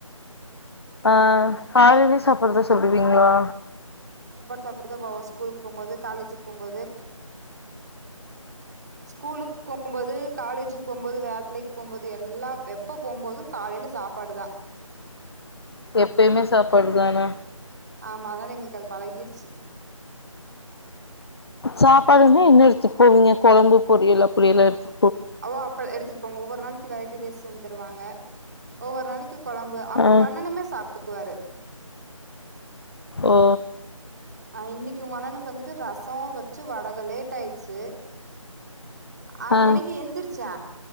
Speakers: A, on the left (about 45°); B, on the right (about 30°).
A: ஆஹ் காலையிலயே சாப்பாடுதா சாப்டுவீங்களா
B: சாப்புட்டுதா போவே ஸ்கூலுக்கு போகும்போது காலேஜுக்கு போகும்போது ஸ்கூலுக்கு போகும்போது காலேஜுக்கு போகும்போது வேலைக்கு போகும்போது எல்லா எப்ப போகும்போதும் காலைல சாப்பாடுதா
A: எப்பயுமே சாப்பாடுதானா
B: ஆமா அதனால எங்களுக்கு அது பழகிடுச்சு
A: சாப்பாடுனா என்ன எடுத்துட்டு போவீங்க கொழம்பு பொரியல் அப்டியெல்லா எடுத்து
B: அவ அப்ப எடுத்து ஒவ்வொரு நாளைக்கு வெரைட்டி ரைஸ் செஞ்சி தருவாங்க ஒவ்வொரு நாளைக் <unintelligible> கொழம்பு அ
A: ஆ
B: உங்கண்ணனுமே சாப்ட்டு குவாரு
A: ஓ
B: அஹ் இன்னிக்கு உங்க அண்ணனுக்கு வந்துட்டு ரசோ வெச்சு வடக லேட் ஆயிடுச்சு ஆறு
A: ஆ
B: மணிக்கு எந்திருச்சே